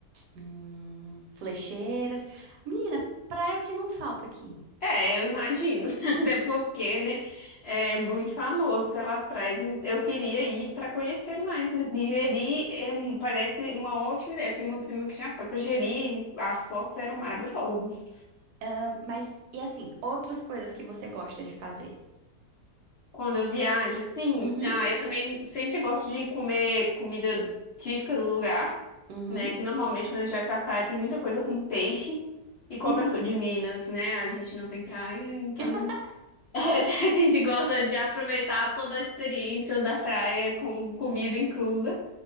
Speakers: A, on the right (about 75°); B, on the left (about 65°).
A: Hum, flecheiras. Menina, praia é o que não falta aqui.
B: É, eu imagino. <laughs> Até porque, né, é muito famoso pelas praias. né, Eu queria ir para conhecer mais mesmo. E Jeri é um- parece uma ótima ideia. Eu tenho uma prima que já foi para Jeri, as fotos eram maravilhosas.
A: Ah, mas, e assim, outras coisas que você gosta de fazer?
B: Quando eu viajo, assim,
A: Uhum,
B: ah, eu também sempre gosto de comer comida típica do lugar,
A: uhum,
B: né? Que normalmente quando a gente vai pra praia tem muita coisa com peixe. E como
A: uhum.
B: eu sou de Minas, né, a gente não tem praia, então
A: <laughs>
B: <laughs> A gente gosta de aproveitar toda a experiência da praia com comida inclusa.